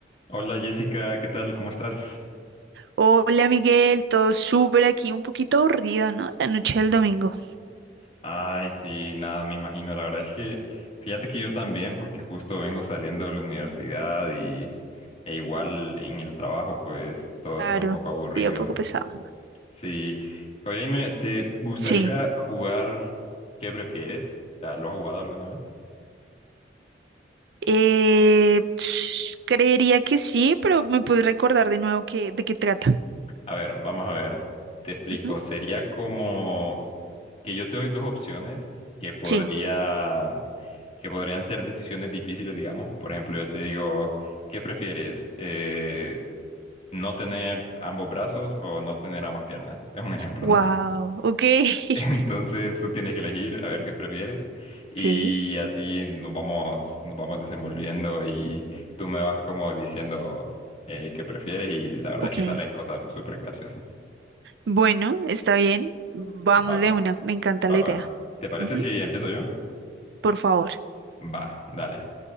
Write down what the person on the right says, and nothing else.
Hola Miguel, todo súper aquí, un poquito aburrido, ¿no? La noche del domingo.
Claro,
día un poco pesado.
Sí.
Eh, ps, creería que sí, pero me puedes recordar de nuevo que, de qué trata.
Ujú.
Sí.
Wow,
ok. <laughs>
Sí,
ok.
Bueno, está bien. Vamos
de
una, me encanta
la
idea.
Ujú,
Por favor.